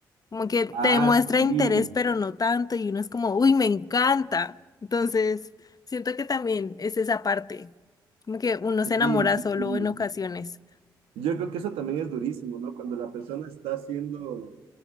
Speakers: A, on the left (about 40°); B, on the right (about 85°).
A: Como que te
B: Ah,
A: demuestra
B: sí,
A: interés, pero no tanto, y uno es como, uy, me encanta. Entonces, siento que también es esa parte, como que uno
B: sí,
A: se enamora
B: sí,
A: solo
B: sí.
A: en ocasiones.
B: Yo creo que eso también es durísimo, ¿no? Cuando la persona está haciendo,